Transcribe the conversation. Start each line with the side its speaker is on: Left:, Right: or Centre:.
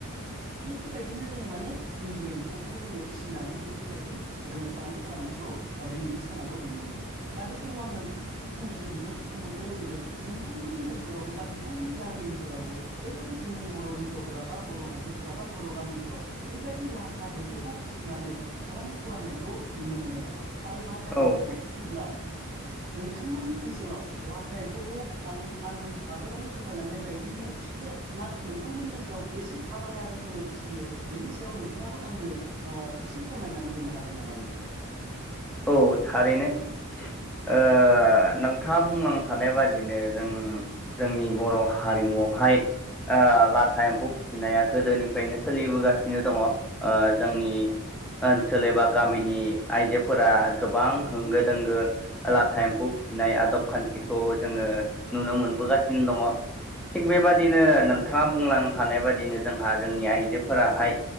Right: बेफोरबायदिनो जोङो माने इन्दि एम्फौखौ जोङो फिसिनानै बेफोरबायदि जोङो फालांगि खालामनायखौ दिनैनि समावबो नुनो मोनो दा बे समाव आं नोंथांनिफ्राय फंनैसो बिबुंथि मोननो लुबैदों नोंथांमोननि ओनसोलावबो बा नोंथांमोननि गामि ओनसोलावबो बेबायदि जोंनि बर' हिनजावफोरा बा बर' आइजोफोरा बा बर' गामिफोराव बेबायदि लाथा एम्फौखौ फिसिनानै फालांगि खालामनायखौ नुनो मोनो नामा? आरो लाथा
Centre: औ
Right: एम्फौफोर फोब्ला नोंथांमोननि ओनसोलाव लाथा एम्फौखौ आं आं आगोलावनो फोरमायलांनाय बायदियैनो फिसियो ना नोंथांमोननि ओनसोलाव बेसे आलादा रोखोमै फिसियो बेनि सायाव नोंथाङाबो आंनो एसे फोरमायनानै होनो हागोन नामा नोंथां
Centre: औ थारैनो ओ खोथा बुंलांखानाय बादिनो जों जोंनि बर' हारिमुआवहाय लाथा एम्फौ फिसिनाया गोदोनिफ्रायनो सोलिबोगासिनो दङ। ओ जोंनि ओनसोल एबा गामिनि आइजो फोरा गोबां होंगो दोंगो लाथा एम्फौ फिसिनाय आदब खान्थिखौ जोङो नुनो मोनबोगासिनो दङ। थिग बेबादिनो नोंथाङा बुंलांखानाय बाददिनो जोंहा जोंनि आइजोफोराहाय